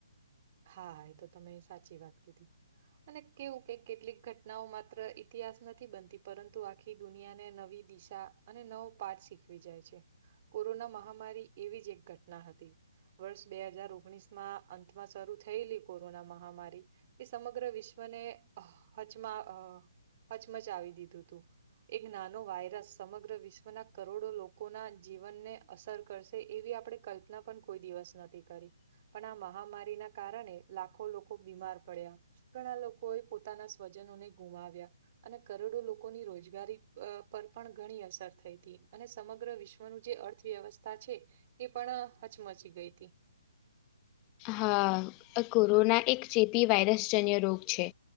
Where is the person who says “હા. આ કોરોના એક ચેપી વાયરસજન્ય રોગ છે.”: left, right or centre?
Left